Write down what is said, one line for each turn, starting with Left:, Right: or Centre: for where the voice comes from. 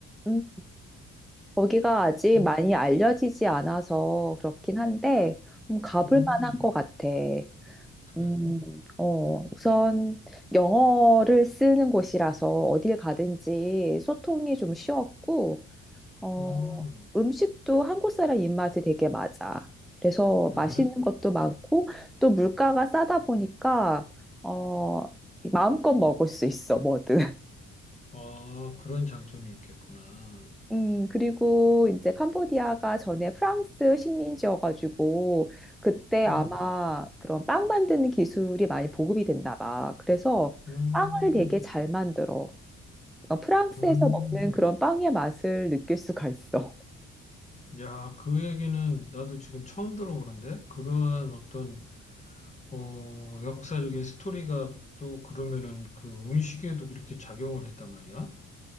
Centre: 음, 거기가 아직
Left: 그렇,
Centre: 많이 알려지지 않아서 그렇긴 한데 음, 가볼
Left: 음,
Centre: 만한 것 같아.
Left: 그래.
Centre: 음, 어, 우선 영어를 쓰는 곳이라서 어딜 가든지 소통이 좀 쉬웠고, 어,
Left: 음,
Centre: 음식도 한국 사람 입맛에 되게 맞아. 그래서
Left: 그래.
Centre: 맛있는 것도 많고, 또 물가가 싸다 보니까, 어, 마음껏 먹을 수 있어, 뭐든. <laughs>
Left: 아, 그런 장점이 있겠구나.
Centre: 음, 그리고 이제 캄보디아가 전에 프랑스 식민지여가지고 그때 아마
Left: 음,
Centre: 그런 빵 만드는 기술이 많이 보급이 됐나 봐. 그래서
Left: 음,
Centre: 빵을 되게 잘 만들어. 어, 프랑스에서
Left: 음.
Centre: 먹는 그런 빵의 맛을 느낄 수가 있어.
Left: 야, 그 얘기는 나도 지금 처음 들어보는데? 그러한 어떤, 어, 역사적인 스토리가 또 그러면은 그 음식에도 그렇게 작용을 했단 말이야?